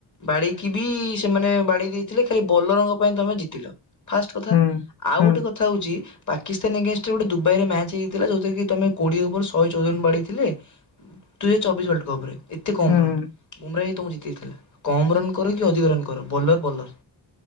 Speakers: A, on the left (about 40°); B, on the left (about 55°).
A: ବାଡେଇକି ବି ସେମାନେ ବାଡେଇ ଦେଇଥିଲେ ଖାଲି ବୋଲରଙ୍କ ପାଇଁ ତମେ ଜିତିଲ। ଫାଷ୍ଟ କଥା
B: ହୁଁ
A: ଆଉ
B: ହୁଁ
A: ଗୋଟେ କଥା ହଉଚି ପାକିସ୍ତାନି ଏଗେନଷ୍ଟ ରେ ଗୋଟେ ଦୁବାଇରେ ମ୍ୟାଚ ହେଇ ଥିଲା ଯୋଉଥିରେ କି ତମେ କୋଡିଏ ଓଭର ଶହେ ଚଉଦନ ବାଡେଇଥିଲେ ଦୁଇ ହଜାର ଚବିଶ ୱାଲଡ କପ ରେ। ଏତେ କମ୍
B: ହୁଁ
A: ରନ୍ ବୁମ୍ରା ହି ତମକୁ ଜିତେଇଥିଲା କମ୍ ରନ୍ କର କି ଅଧିକ ରନ୍ କର ବଲର ବଲର।